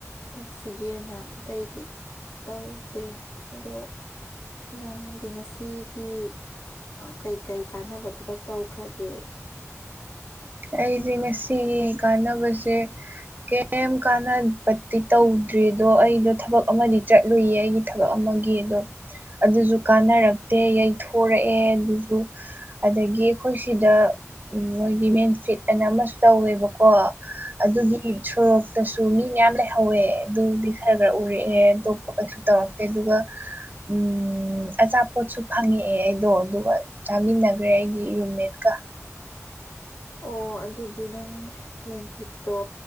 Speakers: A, on the left; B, on the right.
A: ꯇꯧꯁꯤꯒꯦꯅ ꯑꯇꯩꯗꯤ ꯇꯧꯗꯦ ꯑꯗꯣ ꯅꯪꯗꯤ ꯉꯁꯤꯒꯤ ꯀꯩ-ꯀꯩ ꯀꯥꯟꯅꯕ ꯊ ꯊꯕꯛ ꯇꯧꯈ꯭ꯔꯒꯦ
B: ꯑꯩꯁꯦ ꯉꯁꯤꯒꯤ ꯀꯥꯟꯅꯕꯖꯦ ꯀꯩꯝ ꯀꯥꯟꯅꯕꯗꯤ ꯇꯧꯗ꯭ꯔꯤꯗꯣ ꯑꯩꯗꯣ ꯊꯕꯛ ꯑꯃꯗꯤ ꯆꯠꯂꯨꯏꯌꯦ ꯑꯩꯒꯤ ꯊꯕꯛ ꯑꯃꯒꯤ ꯑꯗꯣ ꯑꯗꯨꯁꯨ ꯀꯥꯟꯅꯔꯛ ꯇꯦ ꯌꯩꯊꯣꯔꯛꯑꯦ ꯑꯗꯨꯖꯨ ꯑꯗꯒꯤ ꯑꯩꯈꯣꯏ ꯁꯤꯗ ꯃꯣꯏꯒꯤ ꯃꯦꯟ ꯁꯤꯠ ꯑꯅ ꯑꯃꯁꯨ ꯇꯧꯋꯦꯕꯀꯣ ꯑꯗꯨꯒꯤ ꯁꯣꯔꯣꯛꯇꯁꯨ ꯃꯤ ꯃꯌꯥꯝ ꯂꯩꯍꯧꯋꯦ ꯑꯗꯨꯗꯤ ꯈꯔ ꯈꯔ ꯎꯔꯛꯑꯦ ꯑꯗꯣꯞꯄ ꯀꯩꯁꯨ ꯇꯧꯔꯛꯇꯦ ꯑꯗꯨꯒ ꯎꯝ ꯑꯆꯥꯄꯣꯠꯁꯨ ꯐꯪ ꯉꯛꯑꯦ ꯑꯩꯗꯣ ꯑꯗꯨꯒ ꯆꯥꯃꯤꯟꯅꯒ꯭ꯔꯦ ꯑꯩꯒꯤ ꯔꯨꯝꯃꯦꯠꯀ
A: ꯑꯣ ꯑꯗꯨꯗꯤ ꯅꯪ ꯃꯦꯟꯐꯤꯠꯇꯣ